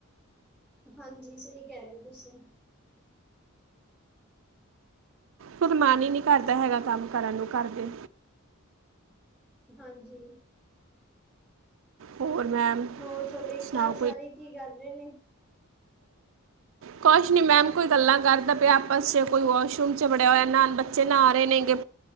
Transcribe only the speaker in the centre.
ਹਾਂਜੀ, ਸਹੀ ਕਹਿ ਰਹੇ ਤੁਸੀਂ।
ਹਾਂਜੀ
ਹੋਰ ਤੁਹਾਡੇ
ਘਰ ਸਾਰੇ ਕੀ ਕਰਦੇ ਨੇ।